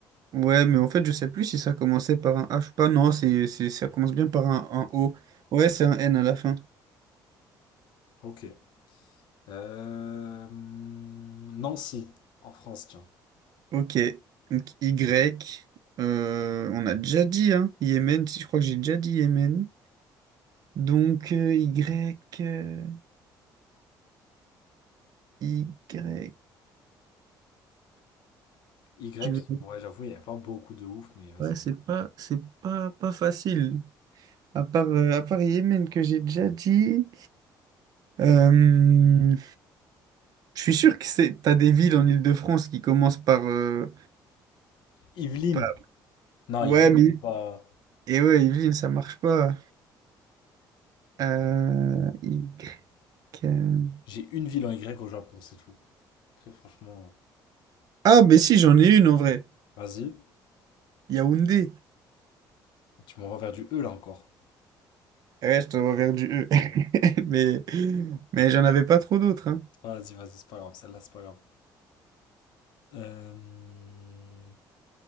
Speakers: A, on the right; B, on the left.
A: Ouais, mais en fait, je sais plus si ça commençait par un H ou pas. Non, c'est, c'est, ça commence bien par un, un O. Ouais, c'est un N à la fin.
B: Ok. Euh, Nancy, en France, tiens.
A: Ok. Donc, Y. euh, on a déjà dit, hein. Yémen, si je crois que j'ai déjà dit Yémen. Donc, euh, Y. euh, Y.
B: Y.
A: Je vais-
B: Ouais, j'avoue, il n'y a pas beaucoup de ouf, mais vas-y.
A: Ouais, c'est pas, c'est pas, pas facile. À part, euh, à part Yémen que j'ai déjà dit, euh, je suis sûr que c'est, t'as des villes en Île-de-France qui commencent par, euh,
B: Yvelines.
A: par-
B: Non,
A: Ouais,
B: Yvelines,
A: mais...
B: c'est pas.
A: Et ouais, Yvelines, ça marche pas. Euh, Y... euh,
B: J'ai une ville en Y au Japon, c'est tout. Après, franchement,
A: Ah, mais si, j'en ai une en vrai.
B: vas-y.
A: Yaoundé.
B: Tu m'envoies vers du E là encore.
A: Eh Ouais, je t'envoie vers du E. <laughs> Mais, mais j'en avais pas trop d'autres. Hein.
B: Vas-y, vas-y, c'est pas grave, celle-là, c'est pas grave. Euh...